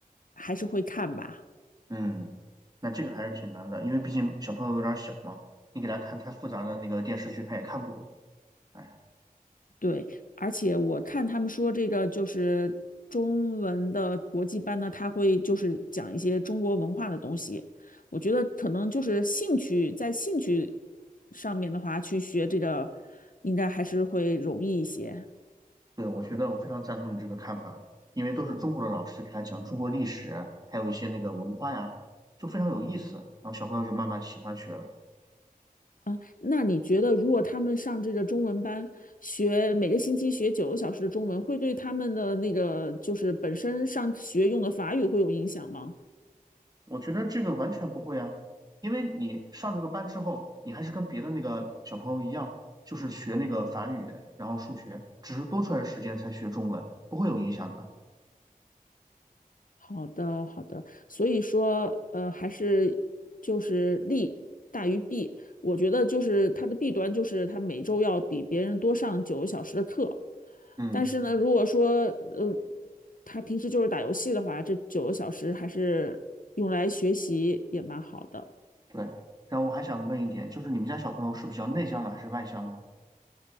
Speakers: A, on the left; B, on the right.
A: 还是会看吧。
B: 嗯，那这个还是挺难的，因为毕竟小朋友有点小嘛，你给他看太复杂的那个电视剧，他也看不懂。哎。
A: 对，而且我看他们说这个就是中文的国际班呢，他会就是讲一些中国文化的东西。我觉得可能就是兴趣，在兴趣上面的话，去学这个应该还是会容易一些
B: 对，我觉得我非常赞同你这个看法，因为都是中国的老师给他讲中国历史，还有一些那个文化呀，就非常有意思，然后小朋友就慢慢喜欢学了。
A: 啊。那你觉得，如果他们上这个中文班，学每个星期学九个小时的中文，会对他们的那个就是本身上学用的法语会有影响吗？
B: 我觉得这个完全不会啊，因为你上这个班之后，你还是跟别的那个小朋友一样，就是学那个法语，然后数学，只是多出来的时间才学中文，不会有影响的。
A: 好的，好的。所以说，呃，还是就是利大于弊。我觉得就是它的弊端就是它每周要比别人多上九个小时的课，
B: 嗯，
A: 但是呢，如果说呃，他平时就是打游戏的话，这九个小时还是用来学习也蛮好的。
B: 对。然后我还想问一点，就是你们家小朋友是比较内向呢，还是外向呢？